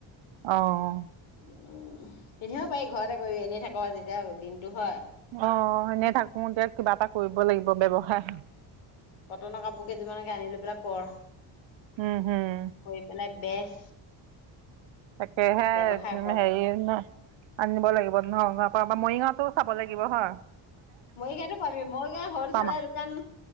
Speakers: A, on the right; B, on the left.
A: অঁ
B: উম, এনেও পাৰি ঘৰতে কৰি এনি থাকো যেতিয়া দিনতটো হয়।
A: অ', এনে থাকো এতিয়া কিবা এটা কৰিব লাগিব ব্যৱসায়।
B: কটনৰ কাপোৰ কেইযোৰমানকে আনি লৈ পেলাই কৰ।
A: উম', হম',
B: কৰি পেলাই বেচ
A: তাকেহে
B: ব্যৱসায় কৰ
A: হেৰি ন আনিব লাগিব নহ পৰা মৰিগাঁও টো চাব লাগিব হ
B: মৰিগাঁৱতটো পাবি মৰিগাঁও হলছেলৰ
A: আৰু
B: দোকান